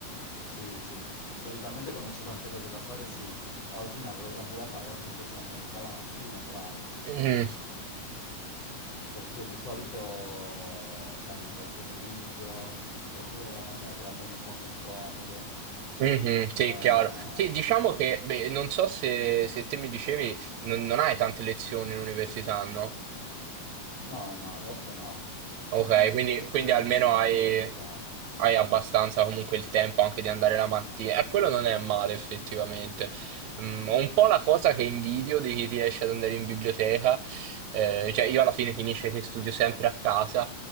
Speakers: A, on the left (about 50°); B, on the right (about 75°).
A: Sì, sì. Solitamente quando c'è tante cose da fare, sì. Oggi ne avevo tante da fare, appunto sono andato dalla mattina, tra l'altro.
B: Mhm.
A: Perché di solito, sai, va il pomeriggio, oppure la mattina te la prendi un po' con comodo.
B: Mhm, sì,
A: Eh,
B: chiaro. Sì, diciamo che, beh, non so se, se te mi dicevi, non, non hai tante lezioni in università, no?
A: no, no, adesso no.
B: Ok,
A: Le ho finite
B: quindi,
A: tutte,
B: quindi almeno
A: ci sono
B: hai,
A: solo gli esami.
B: hai abbastanza comunque il tempo anche di andare la mattina. E quello non è male effettivamente. Mm, ho un po' la cosa che invidio di chi riesce ad andare in biblioteca. Eh, cioè io alla fine finisce che studio sempre a casa.